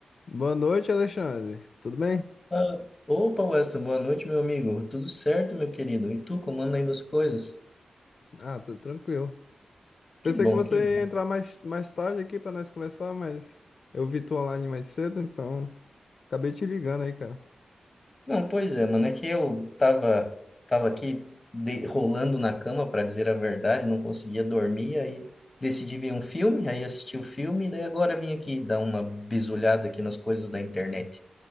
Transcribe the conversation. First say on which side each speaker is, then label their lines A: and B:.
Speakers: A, on the left; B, on the left.
A: Boa noite, Alexandre. Tudo bem?
B: Ah, opa, Weston, boa noite, meu amigo. Tudo certo, meu querido? E tu, como anda indo as coisas?
A: Ah, tudo tranquilo. Pensei
B: Que bom,
A: que você
B: que bom.
A: ia entrar mais, mais tarde aqui para nós conversar, mas eu vi tu online mais cedo, então acabei te ligando aí, cara.
B: Não, pois é, mano, é que eu tava, tava aqui de- rolando na cama, para dizer a verdade, não conseguia dormir, aí decidi ver um filme, aí assisti o filme, daí agora vim aqui dar uma bisulhada aqui nas coisas da internet.